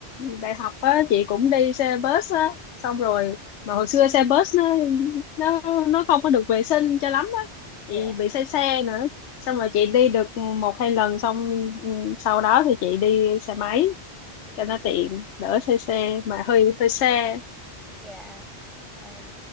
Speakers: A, on the left; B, in the centre.
A: đại học á chị cũng đi xe bus á xong
B: Ừ,
A: rồi mà hồi xưa xe bus nó nó nó không có được vệ sinh cho lắm á
B: dạ
A: chị bị say xe nữa xong rồi chị đi được một hai lần xong ừ, sau đó thì chị đi xe máy
B: ừ,
A: cho nó tiện đỡ say xe mà hơi hơi xe
B: dạ Ừm,